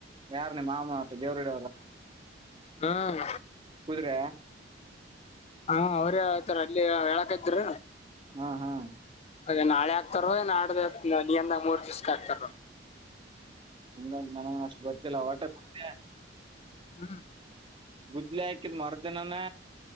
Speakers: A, on the right; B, on the left.
A: ಯಾರ್ ನಿ ಮಾಮ ಅತ್ತ ದೇವರುಡ ಅವರ
B: ಹ್ಮ್
A: ಕುದುರೆ
B: ಹಾ ಅವ್ರ ಆತಾರ ಅಲ್ಲಿ ಹೇಳಕ್ತ್್ರ
A: ಹಾ ಹಾ
B: ಅದ ನಾಳೆ ಆಗ್ತಾರ ನಾಡ್ದ ನೀಿಯಂದ ಮೂರ್ ದಿವ್ಸಕ್ಕೆ ಆಗ್ತಾರ
A: ಇಗೋ ಒಂದ್ ಮಾಡೋಣ ಅಷ್ಟು ಗೊತ್ತಿಲ್ಲ ವಾಟೆ ಪುಟ್ಟೇ
B: ಹ್ಮ್
A: ಗುದ್ಲಿ ಹಾಕಿದ್ ಮರ್ದಿನನ